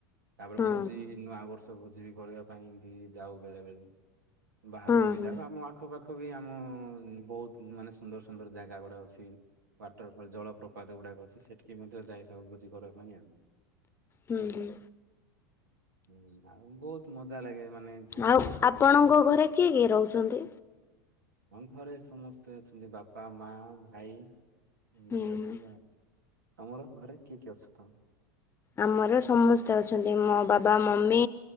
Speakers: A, on the right; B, on the left.
A: ତାପରେ
B: ହୁଁ
A: ଭୋଜି ନୂଆ ବର୍ଷ ଭୋଜି ବି କରିବା ପାଇଁ ଏମତି ଯାଉ ବେଳେ ବେଳେ ବାହାରକୁ
B: ହୁଁ
A: ବି
B: ହୁଁ।
A: ଯାଉ ଆମ ଆଖ ପାଖ ବି ଆମ ଉଁ ବହୁତ ମାନେ ସୁନ୍ଦର ସୁନ୍ଦର ଜାଗା ଗୁଡା ଅଛି ୱାଟର ଫଲ ଜଳ ପ୍ରପାତ ଗୁଡାକ ଅଛି ସେଠିକି ମଧ୍ୟ ଯାଇଥାଉ ଭୋଜି କରିବା ପାଇଁ ଆଉ
B: ହୁଁ ହୁଁ।
A: ହୁଁ ବହୁତ ମଜା ଲାଗେ ମାନେ ତାଙ୍କ
B: ଆଉ
A: ସାଥି <unintelligible>
B: ଆପଣଙ୍କ ଘରେ କିଏ କିଏ ରହୁଛନ୍ତି?
A: ଆମ ଘରେ ସମସ୍ତେ ଅଛନ୍ତି ବାପା ମା ଭାଇ। ଏମିତି
B: ହୁଁ ହୁଁ।
A: ଅଛୁ ତମର ଘରେ କିଏ କିଏ ଅଛ ତମ?
B: ଆମର ସମସ୍ତେ ଅଛନ୍ତି ମୋ ବାବା ମମି